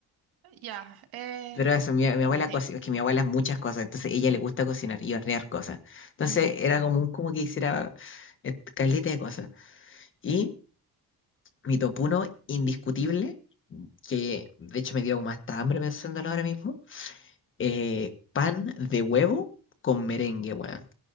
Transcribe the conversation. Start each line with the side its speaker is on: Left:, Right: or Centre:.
Right: Ya, eh,
Left: Pero eso, mi, mi abuela
Right: sí.
Left: cocina, es que mi abuela es muchas cosas, entonces ella le gusta cocinar y hornear cosas. Entonces
Right: ujú.
Left: era común como que hiciera eh, caleta de cosas. Y mi topuno indiscutible. que de hecho me dio como hasta hambre pensándolo ahora mismo. eh, pan de huevo con merengue, weón.